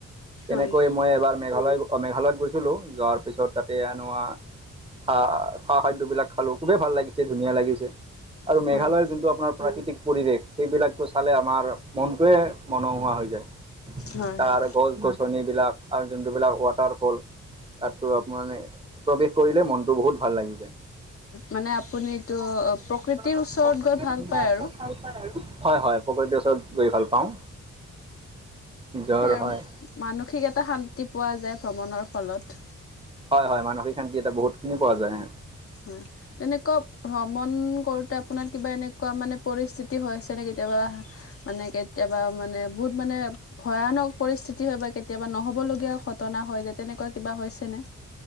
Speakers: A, on the right; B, on the left.
A: তেনেকৈ
B: হয়
A: মই এবাৰ মেঘালয় গ অ', মেঘালয়ত গৈছিলোঁ যোৱাৰ পিছত তাতে হেনো আ <unintelligible> খা খাদ্যবিলাক খালোঁ খুবেই ভাল লাগিছে ধুনীয়া লাগিছে। আৰু মেঘালয়ৰ
B: হয়
A: যোনটো আপোনাৰ প্ৰাকৃতিক পৰিৱেশ সেইবিলাকটো চালে আমাৰ মনটোৱে মনোমোহোৱা হৈ যায়।
B: হয়
A: তাৰ
B: হয়।
A: গছ গছ ছনিবিলাক আৰু যোনটোবিলাক ৱাটাৰফল তাততো আপ মানে প্ৰৱেশ কৰিলে মনটো বহুত ভাল লাগি যায়।
B: মানে আপুনি এইটো
A: <unintelligible>
B: প্ৰকৃতিৰ ওচৰত গৈ ভাল পায় আৰু
A: হয় হয়। <unintelligible> গৈ ভাল পাওঁ। নিজৰ
B: সেয়াই আৰু
A: হয়
B: উম। মানসিক এটা শান্তি পোৱা যায় ভ্ৰমণৰ ফলত।
A: হয় হয় মানসিক শান্তি এটা বহুতখিনি পোৱা যায়।
B: হয়। তেনেকুৱা ভ্ৰমণ কৰোঁতে আপোনাৰ কিবা এনেকুৱা মানে পৰিস্থিতি হৈছেনে কেতিয়াবা? মানে কেতিয়াবা মানে বহুত মানে ভয়ানক পৰিস্থিতি হয় বা কেতিয়াবা নহ'বলগীয়া ঘটনা হয় যে তেনেকুৱা কিবা হৈছেনে?